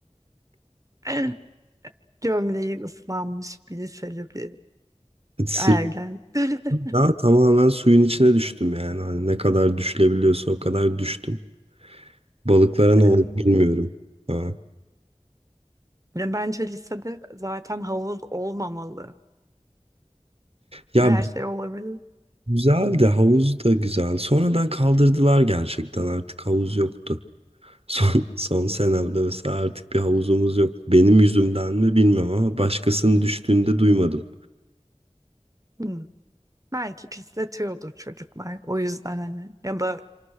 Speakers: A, on the right; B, on the right.
A: <clears throat> Gömleği ıslanmış bir liseli bir
B: <laughs>
A: ergen. <laughs>
B: Ya tamamen suyun içine düştüm yani. Hani ne kadar düşülebiliyorsa o kadar düştüm. Balıklara ne oldu
A: E,
B: bilmiyorum. Ha.
A: Ya bence lisede zaten havuz olmamalı.
B: Ya
A: Her şey olabilir.
B: güzel de havuz da güzel. Sonradan kaldırdılar gerçekten artık havuz yoktu. <laughs> Son, son senemde mesela artık bir havuzumuz yok. Benim yüzümden mi bilmiyorum ama başkasının düştüğünde duymadım.
A: Hmm. Belki pisletiyordur çocuklar. O yüzden hani ya da